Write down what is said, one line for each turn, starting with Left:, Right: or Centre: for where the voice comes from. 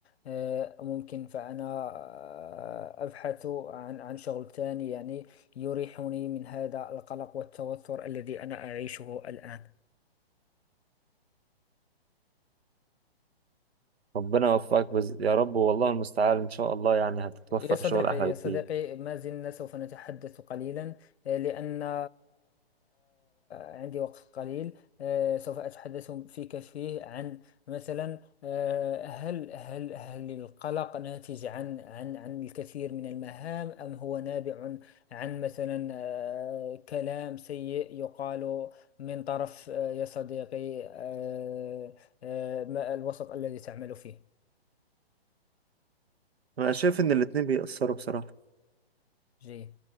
Left: آه، ممكن فأنا آه، أبحث عن عن شغل ثاني يعني يريحني من هذا القلق والتوتر الذي أنا أعيشه الآن
Right: ربنا يوفقك بز... يا رب والله المستعان ان شاء الله يعني هتتوفى
Left: يا صديقي
Right: في شغل احلى
Left: يا
Right: بكتير
Left: صديقي ما زلنا سوف نتحدث قليلا آه، لأن آه، آه، عندي وقت قليل آه، سوف أتحدث فيك فيه عن مثلا آه، هل هل هل القلق ناتج عن عن عن الكثير من المهام أم هو نابع عن مثلا آه، كلام سيء يقال من طرف آه، يا صديقي آه، آه، ما- الوسط الذي تعمل فيه
Right: انا شايف ان الاتنين بيأثروا بصراحة
Left: جيد